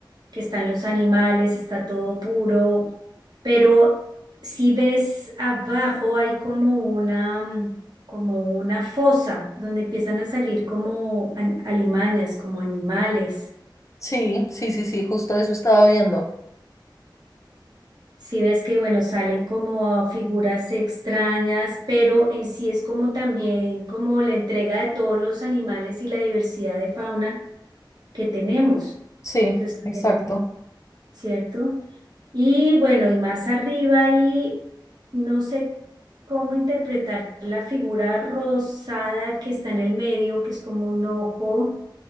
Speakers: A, on the right (about 55°); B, on the left (about 40°).
A: que están los animales, está todo puro, pero si ves abajo hay como una, mm, como una fosa donde empiezan a salir como an- alimañas, como animales.
B: Sí, sí, sí, sí, justo eso estaba viendo.
A: Si ves que, bueno, salen como figuras extrañas, pero en sí es como también como la entrega de todos los animales y la diversidad de fauna que tenemos.
B: Sí,
A: Entonces, también,
B: exacto.
A: ¿cierto? Y bueno, y más arriba y no sé cómo interpretar la figura rosada que está en el medio, que es como un ojo.